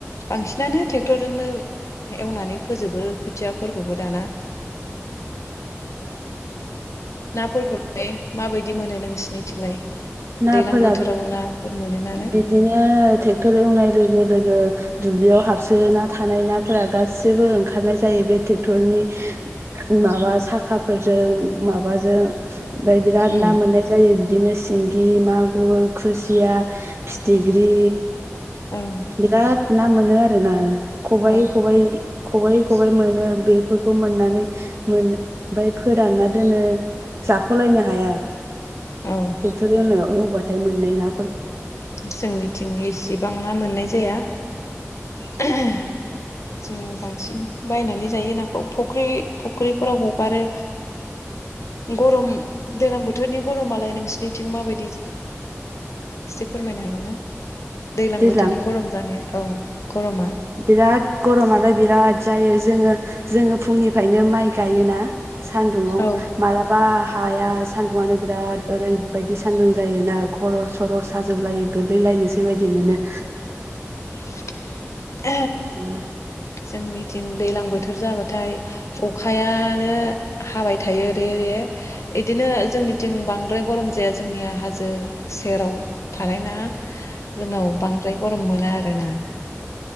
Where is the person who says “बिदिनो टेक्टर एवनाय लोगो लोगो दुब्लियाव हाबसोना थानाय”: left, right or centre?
Right